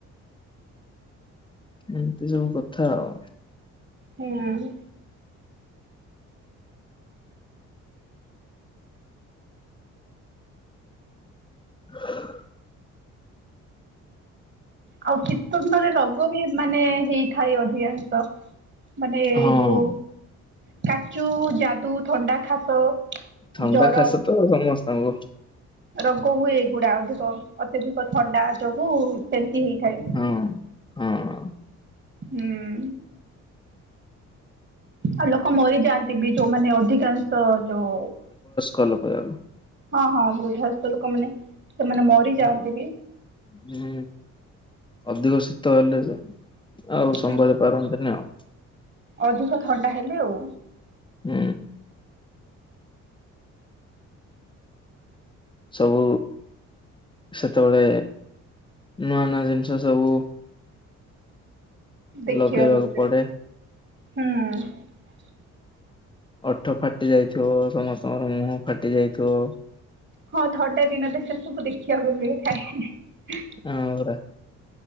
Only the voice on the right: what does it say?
ହୁଁ।
ଆଉ ଶୀତ ଦିନ ରେ ରୋଗ ବି ମାନେ ହେଇଥାଏ ଅଧିକାଂଶ। ମାନେ
ଯୋଉ କାଚୁ ଯାଦୁ ଥଣ୍ଡା ଖାସ
ଜର
ହୁଁ।
ରୋଗ ହୁଏ ଏଇଗୁଡା ଅଧିକ ଅତ୍ୟଧିକ ଥଣ୍ଡା ଯୋଗୁ ହେଇ ଥାଏ।
ହୁଁ ଆ ଲୋକମ ମରି ଜାନ୍ତି ବି ଯୋ ମାନେ ଅଧିକାଂଶ ଯଉ
ହଁ ହଁ ବୃଦ୍ଧସ୍ଥ ଲୋକମାନେ। ସେମାନେ ମରିଯାଆନ୍ତି
ବି।
ହୁଁ
ଅଧିକ ଥଣ୍ଡା ହେଲେ ଆଉ।
ଦେଖିବାକୁ
ହୁଁ
ହଁ ଥଣ୍ଡା ଦିନ ତ ସେ ସବୁ ଦେଖିବାକୁ ମିଳେ, ଖାଇ